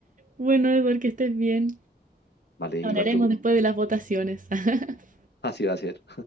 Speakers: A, on the right (about 50°); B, on the left (about 80°).
A: bueno, Eduard, que estés bien.
B: Vale,
A: Hablaremos
B: igual tú,
A: después de las votaciones. <laughs>
B: así va a ser.